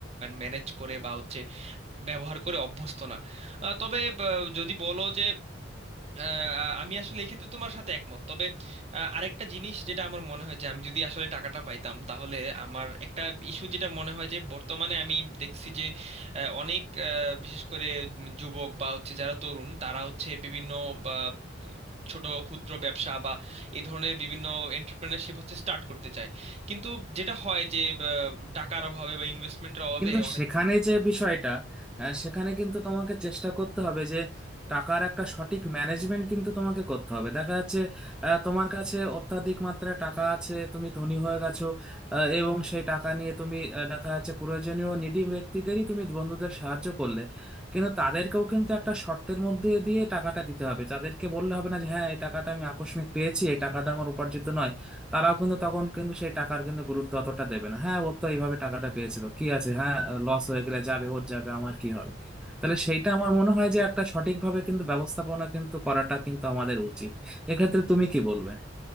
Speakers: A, on the right (about 35°); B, in the centre.
A: ম্যানেজ করে বা হচ্ছে ব্যবহার করে অভ্যস্ত না আহ, তবে আহ, যদি বলো যে আহ, আমি আসলে এক্ষেত্রে তোমার সাথে একমত তবে আহ, আরেকটা জিনিস যেটা আমার মনে হয় যে আমি যদি আসলে টাকাটা পাইতাম তাহলে আমার একটা ইস্যু যেটা মনে হয় যে বর্তমানে আমি দেখছি যে আহ, অনেক আহ, বিশেষ করে উম যুবক বা হচ্ছে যারা তরুণ তারা হচ্ছে বিভিন্ন বা, ছোট ক্ষুদ্র ব্যবসা বা এই ধরনের বিভিন্ন এন্টারপ্রেনারশিপ হচ্ছে স্টার্ট করতে চায় কিন্তু যেটা হয় যে আহ, টাকার অভাবে বা ইনভেস্টমেন্টের অভাবে
B: কিন্তু
A: অনেক
B: সেখানে যে বিষয়টা আহ, সেখানে কিন্তু তোমাকে চেষ্টা করতে হবে যে টাকার একটা সঠিক ম্যানেজমেন্ট কিন্তু তোমাকে করতে হবে দেখা যাচ্ছে আহ, তোমার কাছে অত্যাধিক মাত্রায় টাকা আছে তুমি ধনী হয়ে গেছো আহ, এবং সেই টাকা নিয়ে তুমি আহ, দেখা যাচ্ছে প্রয়োজনীয় নিডি ব্যক্তিদেরই তুমি বন্ধুদের সাহায্য করলে কিন্তু তাদেরকেও কিন্তু একটা শর্তের মধ্যে দিয়ে টাকাটা দিতে হবে তাদেরকে বললে হবে না যে হ্যাঁ এই টাকাটা আমি আকস্মিক পেয়েছি এই টাকাটা আমার উপার্জিত নয় তারাও কিন্তু তখন কিন্তু সেই টাকার কিন্তু গুরুত্ব অতটা দেবে না হ্যাঁ ওর তো এইভাবে টাকাটা পেয়েছিল কি আছে হ্যাঁ লস হয়ে গেলে যাবে ওর যাবে আমার কি হবে তাহলে সেইটা আমার মনে হয় যে একটা সঠিকভাবে কিন্তু ব্যবস্থাপনা কিন্তু করাটা কিন্তু আমাদের উচিত এক্ষেত্রে তুমি কি বলবে